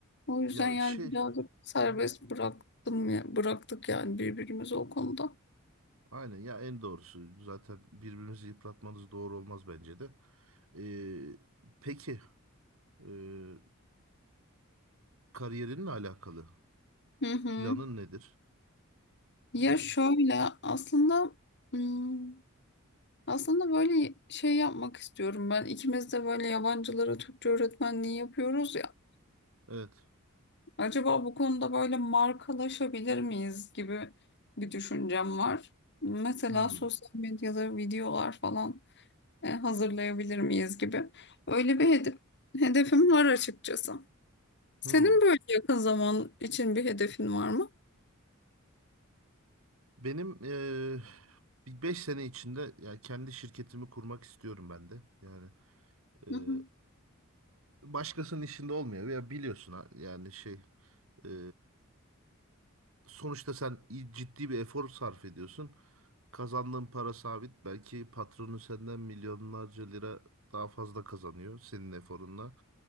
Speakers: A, on the left; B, on the right.
A: O
B: Ya
A: yüzden yani
B: şey.
A: birazcık serbest
B: Hı hı.
A: bıraktım ya, bıraktık yani birbirimizi o konuda.
B: Aynen ya en doğrusu. Zaten birbirimizi yıpratmanız doğru olmaz bence de. Ee, peki. ee, Kariyerinle alakalı.
A: Hı hı.
B: Planın nedir?
A: Ya
B: Yani
A: şöyle aslında hmm, aslında böyle şey yapmak istiyorum ben. İkimiz de böyle yabancılara Türkçe öğretmenliği yapıyoruz ya.
B: evet.
A: Acaba bu konuda böyle markalaşabilir miyiz gibi bir düşüncem var. Mesela
B: Hmm.
A: sosyal medyada videolar falan e, hazırlayabilir miyiz gibi. Öyle bir hedef, hedefim var açıkçası. Senin
B: Hmm.
A: böyle yakın zaman için bir hedefin var mı?
B: Benim eee bir beş sene içinde yani kendi şirketimi kurmak istiyorum ben de. Yani eee,
A: Hı hı.
B: başkasının işinde olmuyor ya biliyorsun ha- yani şey eee, sonuçta sen iyi- ciddi bir efor sarf ediyorsun. Kazandığın para sabit. Belki patronu senden milyonlarca lira daha fazla kazanıyor senin eforunla.